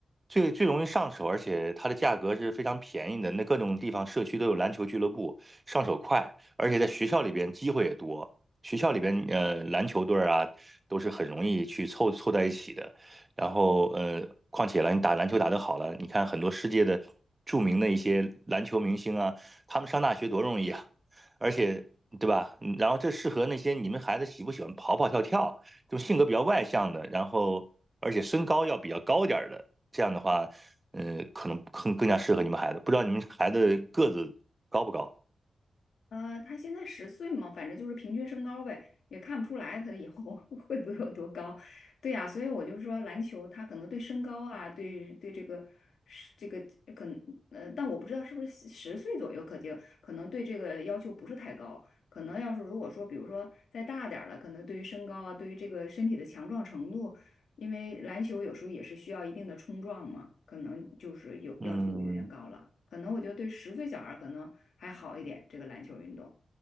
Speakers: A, on the right; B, on the left.
A: 最最容易上手，而且它的价格是非常便宜的。那各种地方社区都有篮球俱乐部，上手快，而且在学校里边机会也多。学校里边呃，篮球队儿啊，都是很容易去凑凑在一起的。然后呃，况且了，你打篮球打得好了，你看很多世界的著名的一些篮球明星啊，他们上大学多容易啊，而且对吧？嗯然后这适合那些你们孩子喜不喜欢跑跑跳跳，就性格比较外向的，然后而且身高要比较高点儿的，这样的话，呃，可能更更加适合你们孩子。不知道你们孩子个子高不高？
B: 呃，他现在十岁嘛，反正就是平均身高呗，也看不出来他以后 <laughs> 会不会有多高。对呀，所以我就说篮球，他可能对身高啊，对对这个是这个可能呃，但我不知道是不是十十岁左右，可就可能对这个要求不是太高。可能要是如果说，比如说再大点儿了，可能对于身高啊，对于这个身体的强壮程度，因为篮球有时候也是需要一定的冲撞嘛，可能就是有要求有点高了。
A: 嗯。
B: 可能我觉得对十岁小孩儿可能还好一点，这个篮球运动。